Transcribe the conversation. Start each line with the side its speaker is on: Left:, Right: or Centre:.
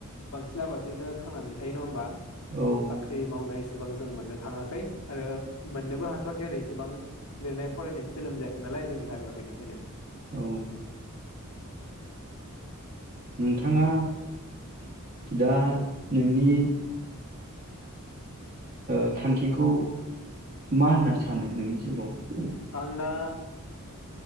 Left: बांसिन आबादजोंनो थांनानै थायो नङा होमबा?
Right: औ
Left: साख्रि मावनाय एसेबां जों मोननो थाङाखै आरो मोननोबो हाथवाखै आरो इसेबां लिरनाय फरायनायबो जोनोम जायाखै नालाय जोंनि हारियाव बेनिखायनो
Right: औ। नोंथाङा दा नोंनि ओ थांखिखौ मा होनना सानो नोंनि जिउआव
Left: आं दा